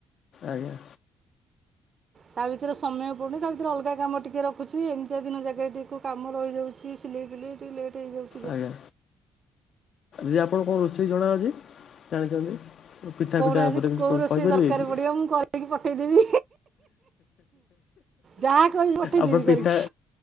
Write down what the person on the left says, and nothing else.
ଆଜ୍ଞା।
ଆଜ୍ଞା, ଯେ ଆପଣ କଣ ରୋଷେଇ ଜଣା ଅଛି ଜାଣିଚନ୍ତି? ପିଠା,
ପିଠା ଉପରେ କି
କହିପାରିବେ
କି?
ଆପଣ ପିଠା